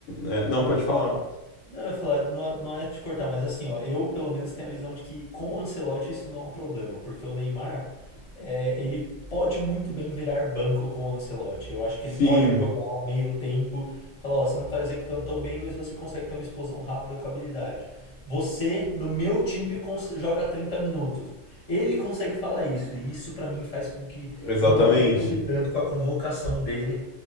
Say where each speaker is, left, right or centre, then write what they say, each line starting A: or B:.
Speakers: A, on the left; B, on the left.
A: é, não,
B: Não,
A: pode falar.
B: eu- Não, eu ia falar, não, é- não é te cortar, mas assim, ó, eu pelo menos tenho a visão de que com o Ancelotti isso não é um problema, porque o Neymar, é, ele pode muito bem virar banco com o Ancelotti. Eu acho que
A: Sim,
B: ele pode jogar ao meio tempo, falar, ó, você não tá executando tão bem, mas você consegue ter uma explosão rápida com habilidade. Você, no meu time, cons- joga 30 minutos. Ele consegue falar isso, e isso pra mim faz com que
A: exatamente.
B: eu não me preocupe tanto com a convocação dele,